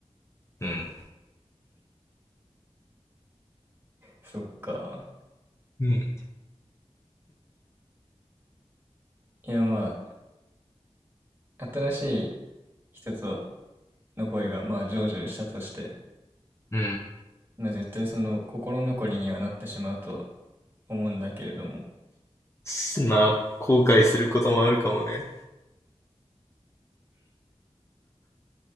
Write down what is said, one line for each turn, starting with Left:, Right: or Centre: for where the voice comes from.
Left: うん、
Right: そっか。
Left: うん、
Right: いや、まあ、新しい人との恋が、まあ、成就したとして、
Left: うん。
Right: まあ、絶対その心残りにはなってしまうと思うんだけれども、
Left: すまあ、後悔することもあるかもね。